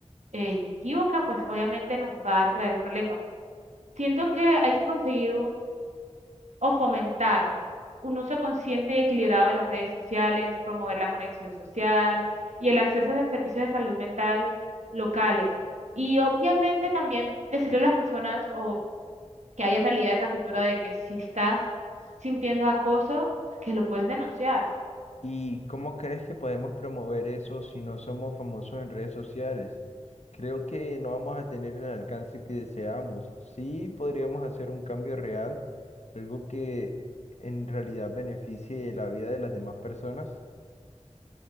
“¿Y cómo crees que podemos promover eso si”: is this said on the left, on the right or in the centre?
Left